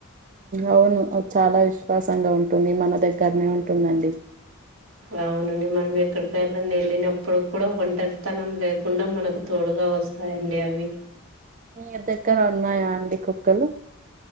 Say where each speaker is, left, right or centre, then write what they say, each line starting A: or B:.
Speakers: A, on the right (about 40°); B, on the right (about 85°).
A: అవును అది చాలా విశ్వాసంగా ఉంటుంది మన దగ్గరనే ఉంటుందండి
B: అవునండి మనం ఎక్కడికైనా వెళ్ళినప్పుడు కూడా ఒంటరితనం లేకుండా మనకు తోడుగా వస్ హాయ్ అండి అవి
A: మీ దగ్గర ఉన్నాయా అండి కుక్కలు